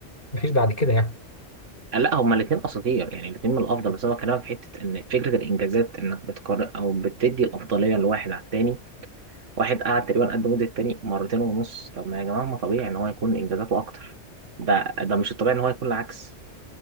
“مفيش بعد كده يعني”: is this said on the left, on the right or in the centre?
Left